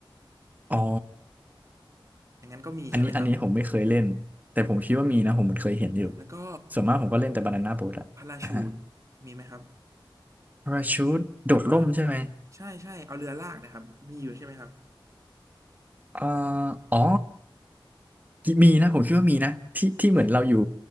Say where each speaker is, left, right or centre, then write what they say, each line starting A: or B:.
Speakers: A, on the right (about 20°); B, on the right (about 35°).
A: อ๋อ
B: อย่างนั้นก็มีใช่ไหมครับ
A: อันนี้อันนี้ผมไม่เคยเล่นแต่ผมคิดว่ามีนะผมเหมือนเคยเห็นอยู่
B: อ่าแล้วก็
A: ส่วนมากผมก็เล่นแต่บานาน่าโบ๊ทอะอ่าฮะ
B: พาราชูทมีไหมครับ
A: พาราชูทโดดร่มใช่ไหม
B: แบบว่าใช่ใช่เอาเรือลากนะครับมีอยู่ใช่ไหมครับ
A: อ่าอ๋อ มีนะผมคิดว่ามีนะที่ที่เหมือนเราอยู่